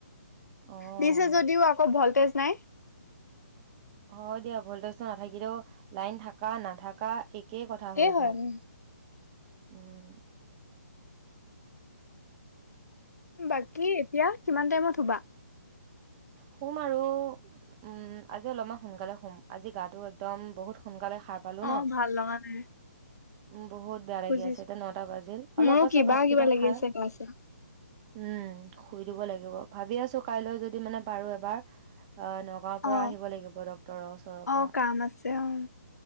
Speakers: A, on the right (about 30°); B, on the left (about 85°).
A: অ'।
B: দিছে যদিও আকৌ ভল্টেজ নাই।
A: হয় দিয়া ভল্টেজটো নাথাকিলেও লাইন থাকা নাথাকা একেই কথা হৈ
B: হয়
A: যায়।
B: উম
A: উম।
B: বাকী এতিয়া কিমান টাইমত শুবা?
A: শুম আৰু। উম আজি অলপমান সোনকালে শুম আজি, গাটো একদম বহুত সোনকালে সাৰ পালো
B: অ',
A: ন,
B: ভাল লগা নাই
A: উম বহুত বেয়া
B: বুজিছো।
A: লাগি আছে, এতিয়া নটা বাজিল অলপ
B: মোৰো
A: পাছত
B: কিবা
A: ভাতকেইটা
B: কিবা লাগি
A: খাই
B: আছে গা চা।
A: উম শুই দিব লাগিব, ভাবি আছো কাইলৈ যদি মানে পাৰো এবাৰ অ এ গাঁৱৰ পৰা
B: অ',
A: আহিব লাগিব ডক্তৰৰ ওচৰৰ
B: অ',
A: পৰা।
B: কাম আছে অ',